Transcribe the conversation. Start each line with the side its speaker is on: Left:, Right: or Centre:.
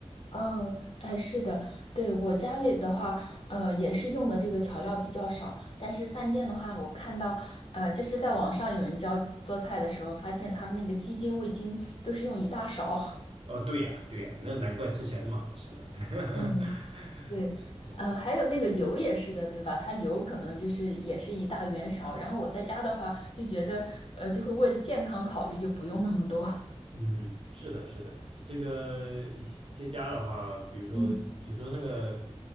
Left: 哦，哎，是的，对，我家里的话，呃，也是用的这个调料比较少，但是饭店的话，我看到，呃，就是在网上有人教做菜的时候，发现他们那个鸡精、味精都是用一大勺。<laughs>
Right: 哦，对呀，对呀，那难怪吃起来那么好吃呢。
Left: 嗯，
Right: <laughs>
Left: 对，
Right: 哎，对。
Left: 呃，还有那个油也是的，对吧？它油可能就是也是一大圆勺，然后我在家的话就觉得，呃，就会为健康考虑，就不用那么多。
Right: 嗯哼，是的，是的，这个以前在家的话，比如说有时候那个
Left: 嗯